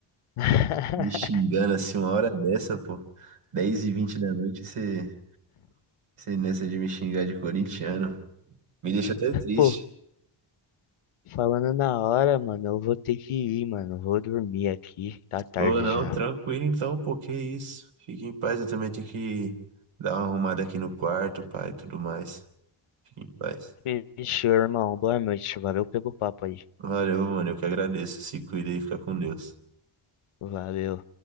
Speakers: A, on the left; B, on the right.
A: <laughs>
B: Me xingando assim uma hora dessa, pô. Dez e vinte da noite, você nessa de me xingar de corintiano. Me deixa até triste.
A: Pô, falando na hora, mano, eu vou ter que ir, mano. Eu Vou dormir aqui, tá tarde
B: Ou não,
A: já.
B: tranquilo então, pô, que isso. Fique em paz, eu também tenho que dar uma arrumada aqui no quarto, pai, e tudo mais. Fique em paz.
A: Fechou, irmão. Boa noite. Valeu pelo papo aí.
B: Valeu, mano, eu que agradeço. Se cuida e fica com Deus.
A: Valeu.